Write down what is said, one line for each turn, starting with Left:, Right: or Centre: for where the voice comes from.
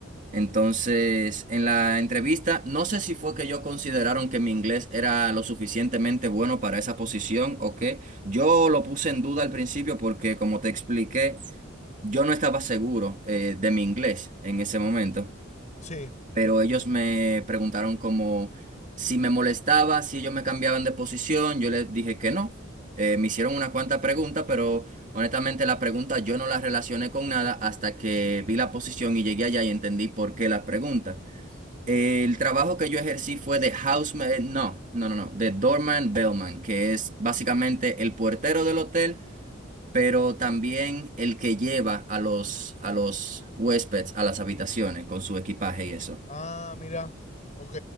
Right: Entonces, en la entrevista, no sé si fue que yo consideraron que mi inglés era lo suficientemente bueno para esa posición o qué. Yo lo puse en duda al principio porque, como te expliqué, yo no estaba seguro eh, de mi inglés en ese momento.
Left: Sí.
Right: Pero ellos me preguntaron como si me molestaba, si ellos me cambiaban de posición. Yo les dije que no. Eh, me hicieron una cuanta pregunta, pero Honestamente, la pregunta yo no la relacioné con nada hasta que vi la posición y llegué allá y entendí por qué la pregunta. El trabajo que yo ejercí fue de houseman, eh, no, no, no, no, de doorman bellman, que es básicamente el puertero del hotel, pero también el que lleva a los, a los huéspedes a las habitaciones con su equipaje y eso.
Left: Ah, mirá. Ok.